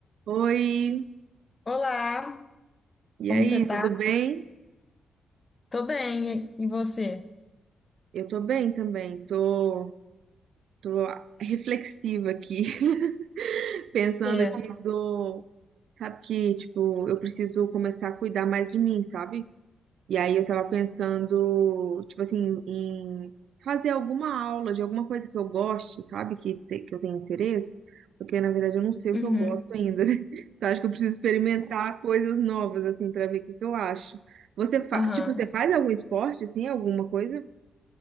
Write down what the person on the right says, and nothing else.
Oi,
e
aí,
tudo bem?
Eu tô bem também, tô, tô reflexiva aqui, <laughs> pensando
aqui do, sabe que, tipo, eu preciso começar a cuidar mais de mim, sabe? E aí eu tava pensando, tipo assim, em fazer alguma aula de alguma coisa que eu goste, sabe? Que, te- que eu tenho interesse, porque na verdade eu não sei
o que eu gosto ainda, né? <laughs> Então acho que eu preciso experimentar coisas novas, assim, pra ver o que que eu acho. Você fa...
tipo, você faz algum esporte, assim, alguma coisa?